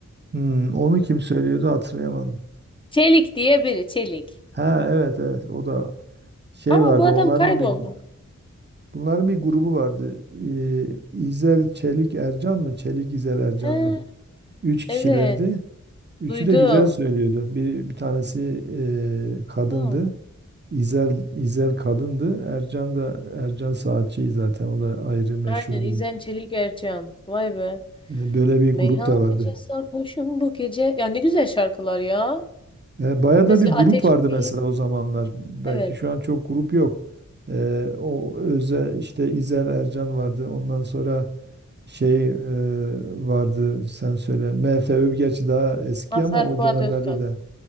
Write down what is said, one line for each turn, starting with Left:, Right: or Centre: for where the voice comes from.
Right: hmm, onu kim söylüyordu hatırlayamadım.
Left: Çelik diye biri Çelik.
Right: Ha evet evet o da şey
Left: Ama
Right: vardı
Left: bu adam
Right: onların
Left: kayboldu.
Right: bir bunların bir grubu vardı. Ee, İzel Çelik Ercan mı? Çelik İzel Ercan
Left: He,
Right: mı? Üç kişilerdi.
Left: evet
Right: Üçü
Left: duydum.
Right: de güzel söylüyordu. Bir, bir tanesi e, kadındı.
Left: Ya,
Right: İzel İzel kadındı. Ercan da Ercan Saatçi zaten o da ayrı meşhur
Left: aynen İzen
Right: bir.
Left: Çelik Ercan. Vay be.
Right: E, Böyle bir
Left: Meyhaneci
Right: grup da vardı.
Left: sarhoşum bu gece. Ya ne güzel şarkılar ya.
Right: E, Bayağı
Left: Mesela
Right: da bir grup
Left: Ateş
Right: vardı
Left: deyip
Right: mesela o zamanlar. Belki
Left: evet.
Right: şu an çok grup yok. E, o özel işte İzel Ercan vardı. Ondan sonra şey e, vardı sen söyle. MFÖ gerçi daha eski
Left: Mazhar
Right: ama o
Left: Fuat
Right: dönemlerde
Left: Özkan.
Right: de